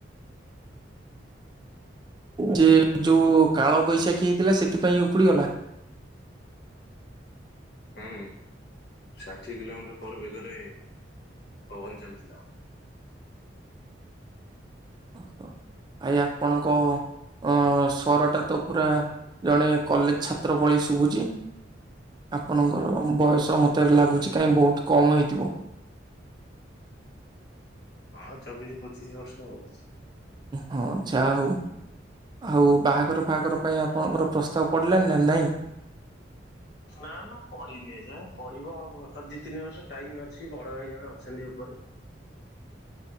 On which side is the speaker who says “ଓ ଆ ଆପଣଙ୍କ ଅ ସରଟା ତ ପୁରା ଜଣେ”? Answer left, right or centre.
Right